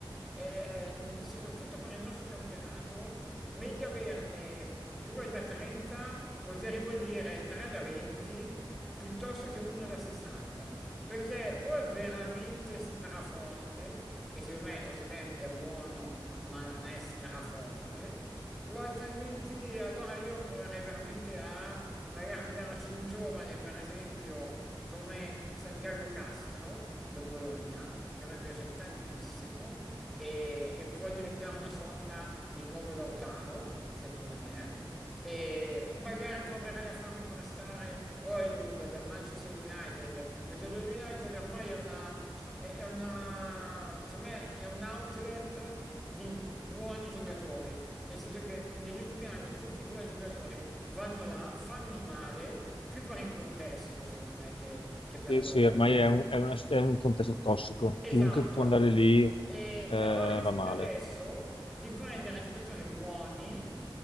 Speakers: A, in the centre; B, on the left.
A: eh, mh, soprattutto per il nostro campionato, meglio averne 2 da 30 o ti arrivo a dire 3 da 20 piuttosto che 1 da 60, perché o è veramente straforte, e secondo me Osimhen è buono ma non è straforte, o altrimenti allora io proverei veramente a magari andare su un giovane, per esempio, come Santiago Castro del Bologna, che a me piace tantissimo e, e può diventare una sorta di nuovo Lautaro, secondo me, e magari proverai a farmi prestare Oilund da Manchester United, perché lo United ormai è una, è è una, secondo me è un outlet di buoni giocatori, nel senso che negli ultimi anni tutti i buoni giocatori vanno là, fanno male, più per il contesto secondo me che, che per
B: sì,
A: loro,
B: sì, ormai è un, è una- è un contesto tossico.
A: Esatto,
B: Chiunque può andare lì, eh,
A: E però rischia
B: va male.
A: adesso di prendere giocatori buoni